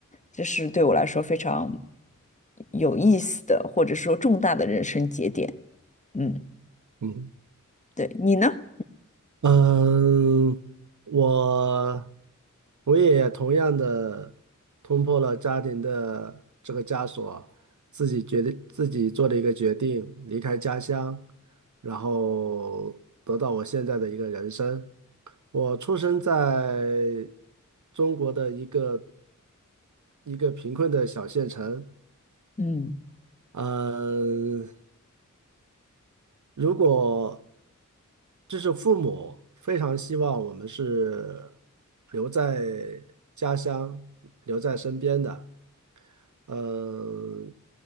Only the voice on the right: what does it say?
嗯
嗯，我我也同样的冲破了家庭的这个枷锁，自己决定自己做了一个决定，离开家乡，然后得到我现在的一个人生。我出生在中国的一个一个贫困的小县城，
嗯。如果这是父母非常希望我们是留在家乡、留在身边的，呃，